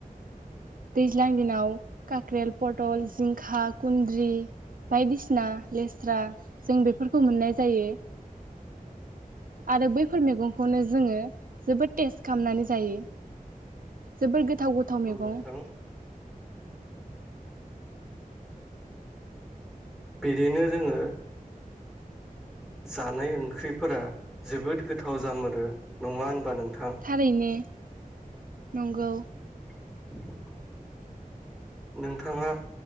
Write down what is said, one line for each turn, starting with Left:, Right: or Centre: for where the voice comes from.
Right: दैज्लां दिनाव काख्रेल पटल जिंखा कुन्द्रि बायदिसिना लेस्रा जों बेफोरखौ मोननाय जायो। आरो बैफोर मैगंखौनो जोङो जोबोद टेस्ट खालामनानै जायो। जोबोर गोथाव गोथाव
Centre: नंगौ
Right: मैगं।
Centre: नोंथां बिदिनो जोङो जानाय ओंख्रिफोरा जोबोद गोथाव जामोरो नङा होनबा नों।
Right: थारैनो। नंगौ।
Centre: <inaudible> नों। नोंथाङा